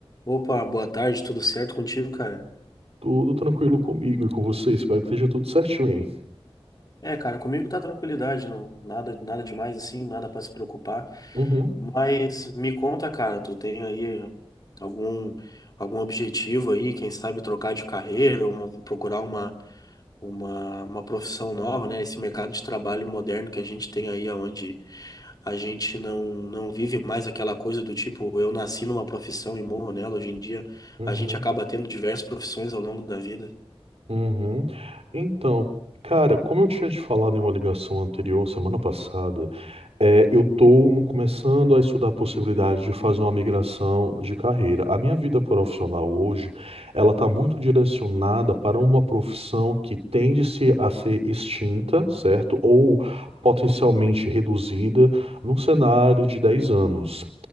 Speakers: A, on the left (about 40°); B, on the right (about 80°).
A: Opa, boa tarde, tudo certo contigo, cara?
B: Tudo tranquilo comigo e com você. Espero que esteja tudo certinho, hein?
A: É, cara, comigo tá tranquilidade, não, nada, nada demais assim, nada pra se preocupar.
B: Uhum,
A: Mas me conta, cara, tu tem aí algum algum objetivo aí, quem sabe trocar de carreira, uma, procurar uma, uma uma profissão nova, né? Esse mercado de trabalho moderno que a gente tem aí, aonde a gente não não vive mais aquela coisa do tipo, eu nasci numa profissão e morro nela. Hoje em dia,
B: uhum.
A: a gente acaba tendo diversas profissões ao longo da vida.
B: Uhum. Então, cara, como eu tinha te falado em uma ligação anterior, semana passada, é, eu estou começando a estudar a possibilidade de fazer uma migração de carreira. A minha vida profissional hoje, ela está muito direcionada para uma profissão que tende-se a ser extinta, certo? Ou potencialmente reduzida num cenário de 10 anos.